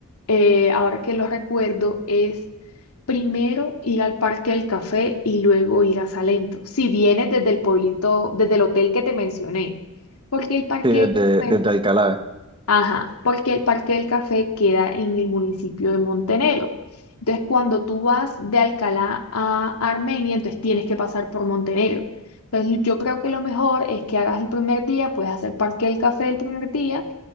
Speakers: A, on the left; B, on the right.
A: eh, ahora que lo recuerdo, es primero ir al parque del café y luego ir a Salento, si vienes desde el pueblito, desde el hotel que te mencioné, porque el parque
B: Sí, desde,
A: del
B: desde
A: café
B: Alcalá.
A: Ajá, porque el Parque del Café queda en el municipio de Montenegro. Entonces, cuando tú vas de Alcalá a Armenia, entonces tienes que pasar por Montenegro. Entonces, yo creo que lo mejor es que hagas el primer día, puedes hacer Parque del Café el primer día